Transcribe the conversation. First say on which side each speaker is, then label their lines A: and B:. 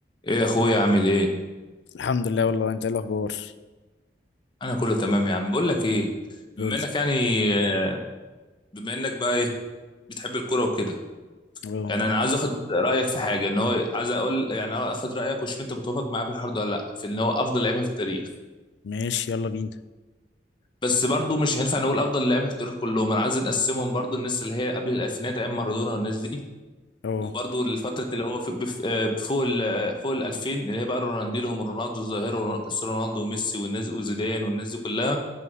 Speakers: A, on the left (about 25°); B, on the left (about 70°).
A: ايه يا اخويا عامل ايه
B: الحمد لله والله انت ايه الاخبار
A: انا كله تمام يا عم بقول لك ايه بما
B: قول لي
A: انك يعني آه، بما انك بقى ايه بتحب الكوره وكده
B: اه
A: يعني انا عايز اخد رايك في حاجه ان هو عايز اقول يعني اخد رايك واشوف انت بتوافق معايا في الحوار ده ولا لا في ان هو افضل لعيبه في التاريخ
B: ماشي يلا بينا
A: بس برضو مش هينفع نقول افضل لعيبه في التاريخ كلهم انا عايز نقسمهم برضو الناس اللي هي قبل الالفينات ايام مارادونا والناس دي
B: اه
A: وبرضو الفتره اللي هو في بف- آه، فوق ال آه، فوق ال 2000 اللي هي بقى رونالدينو ورونالدو الظاهره وكريستيانو رونالدو وميسي والناس وزيدان والناس دي كلها